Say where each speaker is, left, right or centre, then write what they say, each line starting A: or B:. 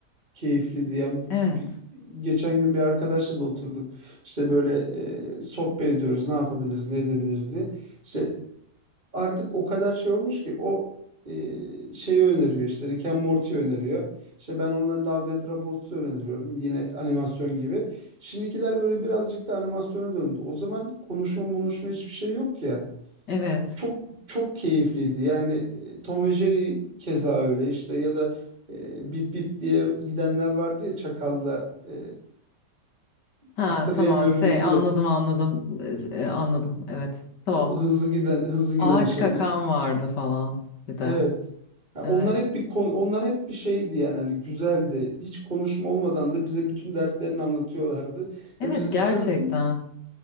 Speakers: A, on the right; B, on the left.
A: Keyifliydi. Yani bu-
B: Evet,
A: bir- geçen gün bir arkadaşla da oturduk. İşte böyle e, sohbet ediyoruz. Ne yapabiliriz, ne edebiliriz diye. İşte artık o kadar şey olmuş ki o e, şeyi öneriyor işte Rick and Morty öneriyor. İşte ben ona Love, Death, Robots'u öneriyorum. Yine animasyon gibi. Şimdikiler böyle birazcık da animasyona döndü. O zaman konuşma konuşma hiçbir şey yok ya.
B: evet.
A: Çok çok keyifliydi. Yani e, Tom ve Jerry keza öyle işte ya da e, Bip Bip diye gidenler vardı ya Çakal'la e,
B: Ha
A: hatırlayamıyorum
B: tamam şey
A: ismini.
B: anladım anladım E, anladım evet tamam.
A: O hızlı giden hızlı giden
B: Ağaç
A: şey.
B: kakan vardı falan bir de.
A: Evet. Ha,
B: Evet.
A: onlar hep bir kon- onlar hep bir şeydi yani hani güzeldi. Hiç konuşma olmadan da bize bütün dertlerini anlatıyorlardı
B: Evet
A: ve biz
B: gerçekten.
A: pür